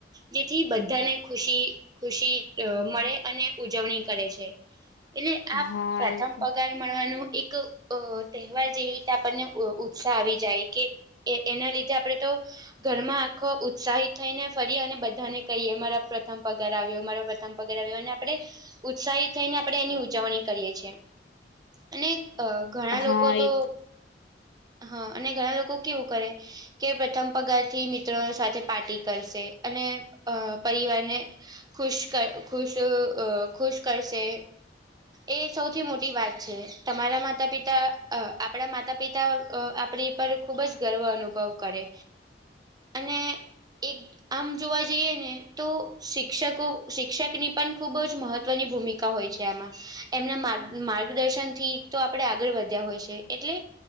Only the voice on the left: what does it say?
હા
એ તો
હા
એ